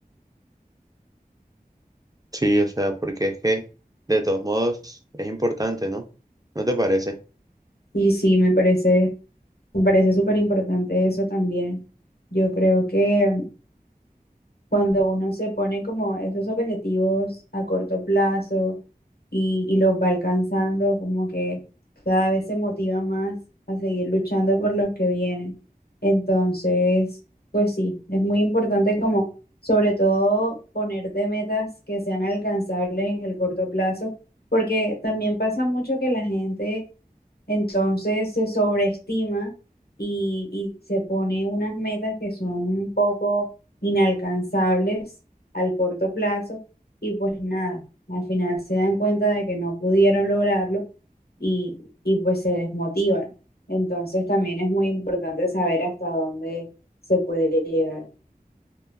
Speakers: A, on the right (about 25°); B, on the left (about 85°).
A: Sí, o sea, porque es que de todos modos es importante, ¿no? ¿No te parece?
B: Y sí, me parece, me parece súper importante eso también. Yo creo que cuando uno se pone como esos objetivos a corto plazo y, y los va alcanzando, como que cada vez se motiva más a seguir luchando por los que vienen. Entonces, pues sí, es muy importante como, sobre todo, ponerte metas que sean alcanzables en el corto plazo, porque también pasa mucho que la gente entonces se sobreestima y, y se pone unas metas que son un poco inalcanzables al corto plazo y pues nada, al final se dan cuenta de que no pudieron lograrlo y, y pues se desmotivan. Entonces también es muy importante saber hasta dónde se puede llegar.